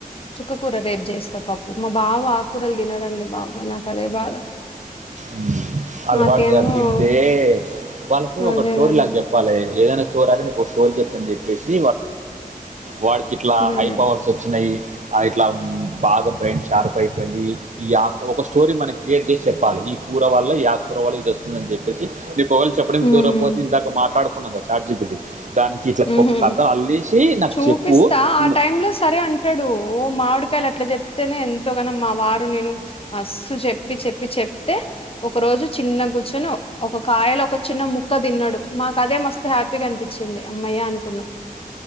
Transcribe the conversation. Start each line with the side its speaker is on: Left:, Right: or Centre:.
Left: చుక్కకూర రేపు చేస్తా పప్పు మా బావ ఆకూరలు తినడం లే బాబ నాకు అదే బాధ
Right: ఉ అలవాటు
Left: నాకేమో
Right: చేల్ తింటే వాళ్ళకు ఒక
Left: అదే
Right: స్టోరీ
Left: కదా
Right: లాగా చెప్పాలి ఏదైనా స్టోర్ అడ నీకు ఒక స్టోర్ జెప్తా అని చెప్పేసి వాడికి ఇట్లా హై
Left: అదే
Right: పవర్స్ వచ్చినాయి ఆ ఇట్లా బాగా బ్రెయిన్ షార్ప్ అయిపోయింది ఈ ఆకు ఒక స్టోరీ మనకి క్రియేట్ చేసి చెప్పాలి ఈ కూర వాళ్ళ ఈ యాక కుర వాళ్ళ ఇది వస్తుందని చెప్పసి ఇది కూవలు చెప్పడానికి
Left: ఉమ్
Right: కుదరకపోతే ఇందాక మాట్లాడు ఉన్నంగా చార్జి పెట్టి దానికి ఇట్లా
Left: ఉహు
Right: ఒక కథ అల్లేసి నాకు
Left: చూపిస్తా
Right: చెప్పు
Left: ఆ
Right: నిన్ను-
Left: టైమ్ లో సరే అంటాడు ఓ మామిడికాయలు అట్లా చెప్తేనే ఎంత ఎంతోగానం మా వారు నేను మస్ చెప్ చెప్పి చెప్పి చెప్తే ఒక రోజు చిన్న గుచ్చును ఒక కాయలో ఒక చిన్న ముక్క తిన్నాడు మాకు అదే మస్తు హ్యాపీగా అనిపించింది అమ్మయ్య అనుకున్నాం